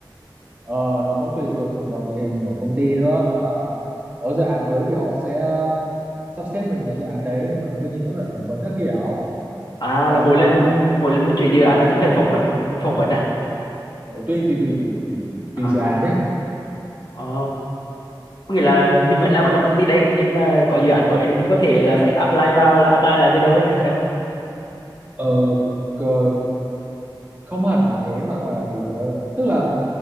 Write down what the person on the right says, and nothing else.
ờ, nó có tùy thuộc thuộc vào tình hình của công ty nữa nếu mà có dự án mới thì họ sẽ sắp xếp mình vào dự án đấy nhưng mà đương nhiên vẫn phải phỏng vấn các kiểu
còn
uh,
tùy tùy tùy tùy tùy tùy
dự án nhé
ờ, cờ, không hẳn là thế mà gọi là gì tớ tức là